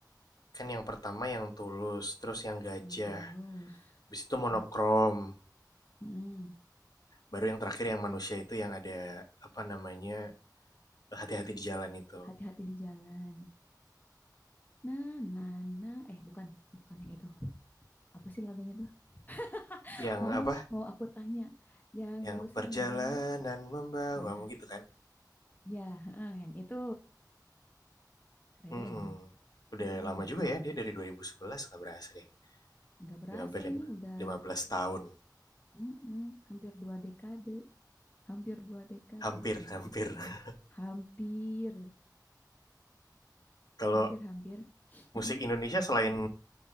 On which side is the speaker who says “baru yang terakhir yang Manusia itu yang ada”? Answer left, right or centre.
Left